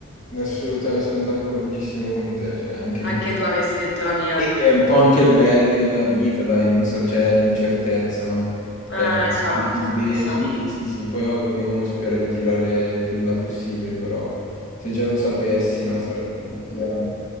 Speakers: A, on the left; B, on the left.
A: no, assolutamente sono d'accordissimo con te. Cioè, anche...
B: Anche tu avresti detto la mia.
A: E è un po' anche il bello della vita, dai, non so, c'è l'incertezza, no?
B: Ah,
A: Cioè,
B: esatto,
A: che ti svegli,
B: esatto.
A: sì, sì, sì, poi ovvio che uno spera di tirare il più in là possibile, però se già lo sapessi, no, sarebbe... meglio.